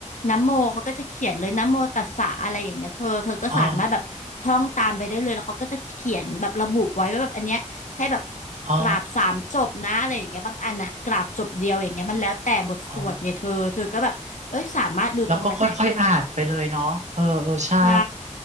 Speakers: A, on the left; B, on the right.
A: นะโมเขาก็จะเขียนเลยนะโมตัสสะอะไรอย่างเงี้ยเธอเธอก็สามารถแบบท่องตามไปได้เลยแล้วเขาก็จะเขียนแบบระบุไว้ว่าแบบอันเนี้ย
B: อ๋อ
A: ให้แบบ
B: อ๋อ
A: กราบสามจบนะอะไรอย่างเงี้ยบางอันอะกราบจบเดียวอย่างเงี้ยมันแล้วแต่บทสวดไงเธอเธอก็แบบเอ้ยสามารถดูตรงนั้นได้
B: อ๋อแล้วก็ค่อยๆอ่านไปเลยเนาะเออเออใช่
A: ใช่